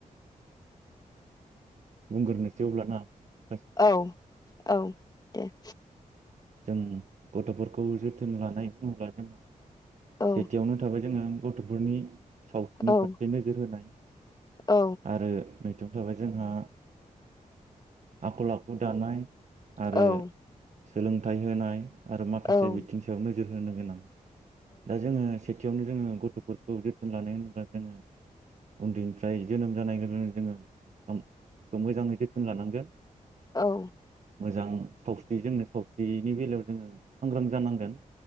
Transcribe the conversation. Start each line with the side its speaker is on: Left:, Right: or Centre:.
Right: बुंगोरनोसै अब्लाना? माखासे
Left: औ औ । दे
Right: जों गथ'फोरखौ जोथोन लानाय <unintelligible>
Left: औ
Right: सेथियावनो थाबाय जोंङा गथ'फोरनि सावस्रिनि
Left: औ
Right: फारसे नोजोर होनाय
Left: औ
Right: आरो मैथोम थाबाय जोंहा आखल आखु दानाय आरो
Left: औ
Right: सोलोंथाइ होनाय आरो माखासे
Left: औ
Right: बिथिं
Left: औ
Right: सायावनो नोज जोर होनो गोनां दा जोंङो से थियावनो जोंङो गथ'फोरखौ जोथोन लानाय होनोब्ला जोंङो उन्दैनिफ्राय जोनोम जानाय लोगो लोगोनो जोंङो अं इखौ मोजांङै जोथोन लानांगोन
Left: औ
Right: मोजां सावस्रिजोंनो सावस्रिनि बेलायाव जोङो सांग्रां जानांगोन